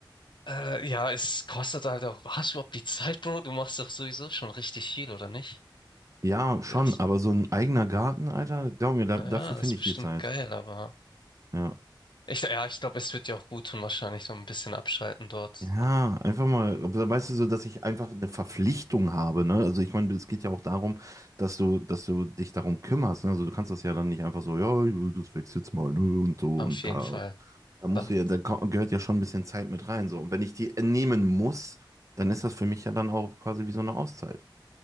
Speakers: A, on the left (about 70°); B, on the right (about 40°).
A: Äh, ja, es kostet halt auch. Hast du überhaupt die Zeit, Bro? Du machst doch sowieso schon richtig viel, oder nicht?
B: Ja, schon,
A: Ist,
B: aber so ein eigener Garten, Alter, glaub mir, da,
A: ja,
B: dafür
A: das
B: finde
A: ist bestimmt
B: ich die Zeit.
A: geil, aber.
B: Ja.
A: Ich, ja, ich glaube, es wird dir auch gut tun, wahrscheinlich so ein bisschen abschalten dort.
B: Ja,
A: Und
B: einfach mal, aber da weißt du so, dass ich einfach eine Verpflichtung habe, ne? Also ich meine, es geht ja auch darum, dass du, dass du dich darum kümmerst, ne? Also du kannst das ja dann nicht einfach so, ja, ja, das wächst jetzt mal, ne? Und so
A: auf
B: und
A: jeden
B: da.
A: Fall.
B: Da musst
A: Dann,
B: du ja, da ko- gehört ja schon ein bisschen Zeit mit rein, so. Und wenn ich die nehmen muss, dann ist das für mich ja dann auch quasi wie so eine Auszeit.